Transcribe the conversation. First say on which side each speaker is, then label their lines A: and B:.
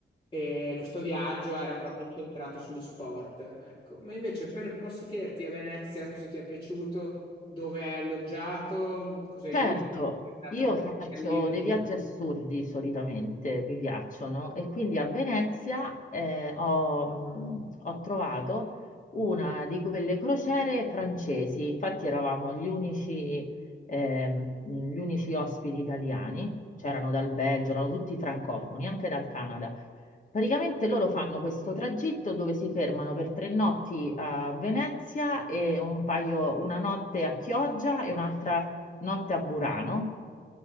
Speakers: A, on the left; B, on the left.
A: eh, questo viaggio era proprio incentrato sullo sport, ecco. Ma invece per- posso chiederti a Venezia cosa ti è piaciuto, dove hai alloggiato, cosa hai
B: Certo,
A: visto, Sei andato
B: io
A: magari
B: faccio
A: anche all'Isola di
B: dei viaggi
A: Venezia?
B: assurdi solitamente, mi piacciono, e quindi a Venezia eh, ho, mh, ho trovato una di quelle crociere francesi, infatti eravamo gli unici, ehm, gli unici ospiti italiani, c'erano dal Belgio, erano tutti francofoni, anche dal Canada. Praticamente loro fanno questo tragitto dove si fermano per tre notti a Venezia e un paio, una notte a Chioggia e un'altra notte a Burano.